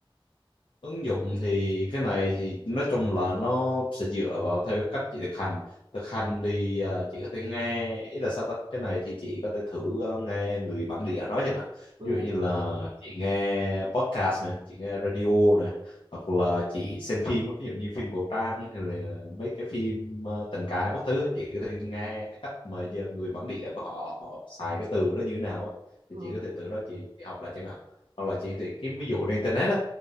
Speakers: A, on the left; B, on the right.
A: ứng dụng thì cái này thì nói chung là nó sẽ dựa vào theo cái cách chị thực hành thực hành thì à, chị có thể nghe ý là sao ta cái này thì chị có thể thử à, nghe người bản địa nói chẳng hạn
B: ừ.
A: ví dụ như là chị nghe podcast này chị nghe radio này hoặc là chị xem phim á, ví dụ như phim cổ trang hay là mấy cái phim à, tình cảm các thứ á, chị có thể nghe
B: Ừ.
A: cái cách mà giờ người bản địa của họ họ xài cái từ đó như thế nào á.
B: Ừ.
A: thì chị có thể từ đó chị, chị học lại chẳng hạn hoặc là chị thì kiếm ví dụ trên internet á